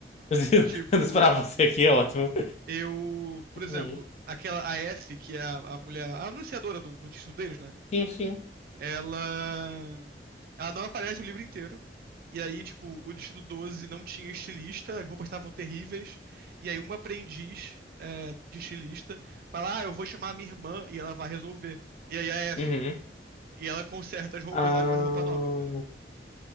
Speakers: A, on the left; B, on the right.
A: <laughs>
B: Tipo,
A: Não esperava você aqui, é ótimo.
B: eu, por exemplo,
A: Uhum.
B: aquela, a F, que é a, a mulher, a anunciadora do, do título deles, né?
A: Sim, sim.
B: ela ela não aparece o livro inteiro. E aí, tipo, o Distrito 12 não tinha estilista, as roupas estavam terríveis. E aí, uma aprendiz é, de estilista fala: Ah, eu vou chamar a minha irmã e ela vai resolver. E aí, a F.
A: Uhum.
B: E ela conserta as roupas,
A: Ah,
B: ela faz a roupa nova, entendeu?